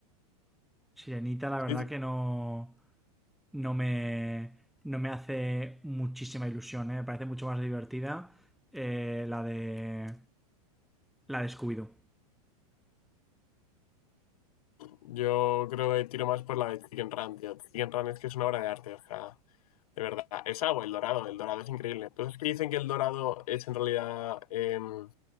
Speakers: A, in the centre; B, on the left.
A: Sirenita, la verdad
B: Sí, sí.
A: que no, no, me, no me hace muchísima ilusión. ¿eh? Me parece mucho más divertida eh, la de, la de Scooby-Doo.
B: Yo creo que tiro más por la de Chicken Run, tío. Chicken Run es que es una obra de arte, o sea, de verdad. Es agua, el dorado, el dorado es increíble. Entonces, ¿qué dicen que el dorado es en realidad em,